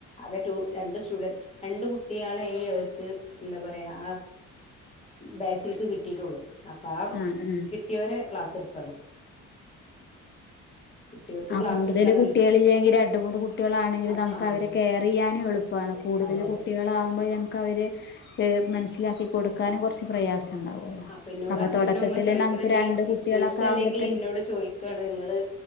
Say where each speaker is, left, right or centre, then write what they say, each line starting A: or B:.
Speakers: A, on the left; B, on the left.
A: അകെ രണ്ട് സ്റ്റുഡന്റ് രണ്ട് കുട്ടികളായി അവർക്ക് എന്താ പറയാ ആ ബാച്ചിൽക്ക് കിട്ടിയിട്ടുള്ളൂ അപ്പൊ ആ
B: ആഹ് ആഹ്
A: കിട്ടിയവരെ ക്ലാസ് എടുക്കാണ് കുട്ടികൾക്ക്
B: ആ
A: ക്ലാസ്
B: കൂടുതൽ
A: എടുക്കാന്നല്ല
B: കുട്ടികൾ ഇല്ലെങ്കിൽ രണ്ട് മൂന്ന് കുട്ടികളാണെങ്കിൽ
A: അപ്പ
B: നമുക്ക്
A: ആഹ്
B: അവരെ കെയർ ചെയ്യാനും എളുപ്പാ എളുപ്പാണ് കൂടുതൽ
A: അതെ അതെ
B: കുട്ടികളകുമ്പോൾ നമുക്ക് അവരെ മനസ്സിലാക്കി കൊടുക്കാനും കുറച്ച് പ്രയാസം ഉണ്ടാവുമല്ലോ
A: അപ്പ ഇന്നോട്
B: അപ്പൊ
A: ആ കുട്ടീന്റെ
B: തുടക്കത്തില്
A: ഉമ്മ ചോദിക്കണ
B: നമുക്ക്
A: നീ
B: രണ്ട് കുട്ടികളൊക്കെ
A: മിസ് അല്ലെങ്കിൽ
B: ആകുമ്പോത്തന്നെ
A: എന്നോട് ചോയ്ക്ക ആണ് നിങ്ങള്